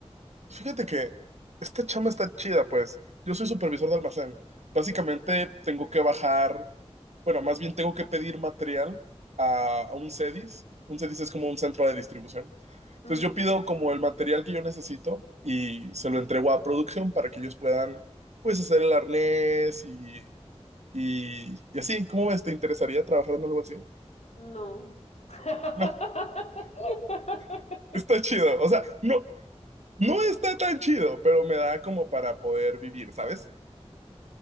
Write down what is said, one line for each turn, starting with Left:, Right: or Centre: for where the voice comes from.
Right: Fíjate que esta chamba está chida, pues. Yo soy supervisor de almacén. Básicamente tengo que bajar, bueno, más bien tengo que pedir material a, a un CEDIS. Un CEDIS es como un centro de distribución. Entonces
Left: Mm,
Right: yo pido como el material que yo necesito y se lo entrego a producción para que ellos puedan, pues, hacer el arnés y, y, y así. ¿Cómo ves? ¿Te interesaría trabajar en algo así?
Left: no. <laughs>
Right: No, <laughs> está chido. O sea, no, no está tan chido, pero me da como para poder vivir, ¿sabes?